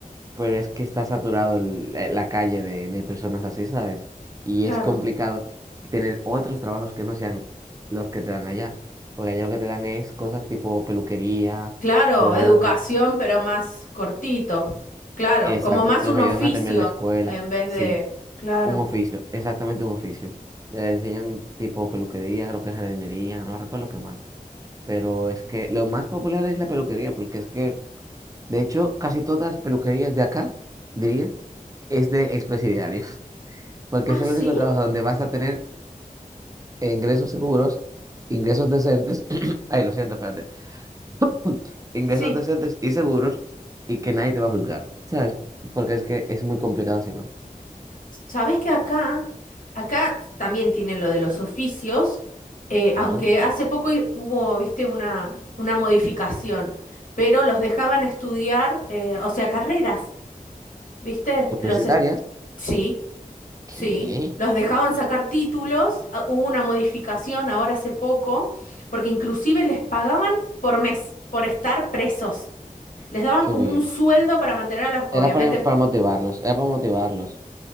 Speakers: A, on the right; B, on the left.
A: Pero es que está saturado el- la la calle de, de personas así, ¿sabes? Y
B: Claro.
A: es complicado tener otros trabajos que no sean los que te dan allá. Porque allá lo que te dan es cosas tipo peluquería,
B: Claro,
A: te dan,
B: educación, pero más cortito. Claro,
A: exacto,
B: como más
A: los
B: un
A: ayudan
B: oficio
A: a terminar la escuela.
B: en vez
A: Sí.
B: de... Claro.
A: Un oficio, exactamente un oficio. Le enseñan tipo peluquería, creo que jardinería, no recuerdo qué más. Pero es que lo más popular es la peluquería, porque es que, de hecho, casi todas las peluquerías de acá, diría, es de expresidiarios, <laughs> porque
B: Ah,
A: es el
B: sí.
A: único trabajo donde vas a tener ingresos seguros, ingresos decentes, <clears throat> ay, lo siento, espérate, <clears throat> ingresos
B: Sí,
A: decentes y seguros y que nadie te va a juzgar, ¿sabes? Porque es que es muy complicado si no.
B: sabes que acá, acá también tienen lo de los oficios, eh,
A: Ajá.
B: aunque hace poco hi- hubo, viste, una, una modificación, pero los dejaban estudiar, eh, o sea, carreras, viste,
A: Universitarias,
B: los est- sí,
A: ¿qué?
B: sí, los dejaban sacar títulos, ah, hubo una modificación ahora hace poco, porque inclusive les pagaban por mes, por estar presos. Les daban
A: Qué
B: como
A: bien.
B: un sueldo para mantener a los, obviamente
A: Era para, para motivarlos, era para motivarlos.